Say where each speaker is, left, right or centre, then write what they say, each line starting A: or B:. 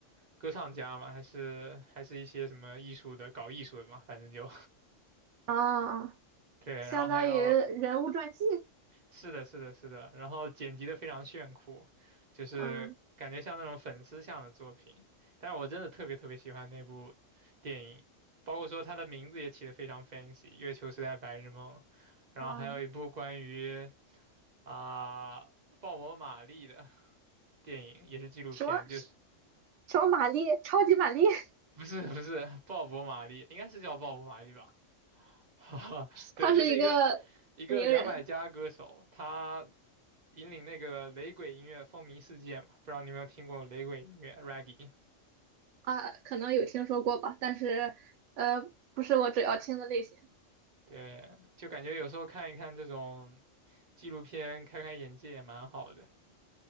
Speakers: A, on the right; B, on the right.
A: 歌唱家嘛，还是还是一些什么艺术的，搞艺术的嘛，反正就
B: 啊。
A: <laughs> 对。
B: 相当于人物传记。
A: 然后还有，是的，是的，是的，然后剪辑的非常炫酷，就是感觉像那种粉丝向的作品。
B: 嗯
A: 但是我真的特别特别喜欢那部电影，包括说它的名字也起得非常 fancy，《月球时代白日梦》，然后还有一部关于。
B: 嗯，
A: 啊，鲍勃·马利的电影也是纪录片，
B: 什么
A: 就是
B: 什么玛丽，超级玛丽，<laughs>
A: 不是不是鲍勃·马利，应该是叫鲍勃·马利吧？<laughs> 哈哈，对，
B: 她是一个名人
A: 就是一个一个牙买加歌手，他引领那个雷鬼音乐风靡世界嘛，不知道你有没有听过雷鬼音乐 （Reggae）？
B: 啊，可能有听说过吧，但是呃，不是我主要听的类型。
A: 对，就感觉有时候看一看这种纪录片，开开眼界也蛮好的